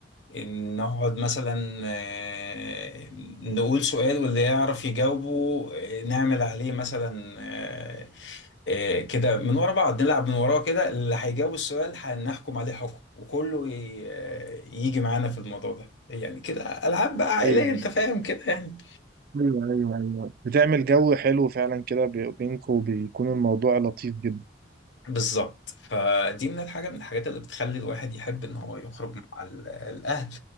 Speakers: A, on the left; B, on the right.
A: إن نقعد مثلا إيه، نقول سؤال واللي يعرف يجاوبه إيه، نعمل عليه مثلا إيه، إيه، كده من ورا بعض نلعب من وراه كده اللي هيجاوب السؤال هنحكم عليه حكم وكله ي- آه، يجي معانا في الموضوع ده يعني كده ألعاب بقى عائلية
B: أيوه
A: أنت فاهم كده يعني
B: ايوه ايوه ايوه بتعمل جو حلو فعلا كده بي- بينكم وبيكون الموضوع لطيف جدا
A: بالظبط فدي من الحاجة من الحاجات اللي بتخلي الواحد يحب إن هو يخرج مع ال- الأهل